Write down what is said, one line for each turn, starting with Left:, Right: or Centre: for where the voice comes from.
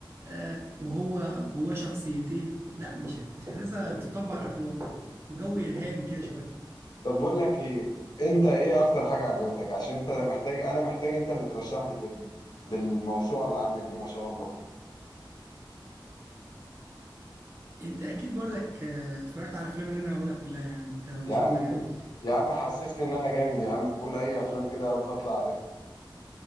Right: آه وهو جواه شخصيتين لا مش مش حاسسها تطبق على ارض الواقع وجو ارهابي كده شويه
Left: طب بقول لك ايه انت ايه اكتر حاجه عجبتك عشان انت محتاج انا محتاج انت اللي ترشح لي فيلم بالموسوعه اللي عندك دي ما شاء الله
Right: انت اكيد برضك آه، اتفرجت على الافلام اللي انا هقولها كلها يعني انت ما
Left: يا
Right: شاء
Left: عم
Right: الله جامد
Left: يا عم حسسني ان انا جامد يا عم قول اي افلام كده يا رب اطلع عارفها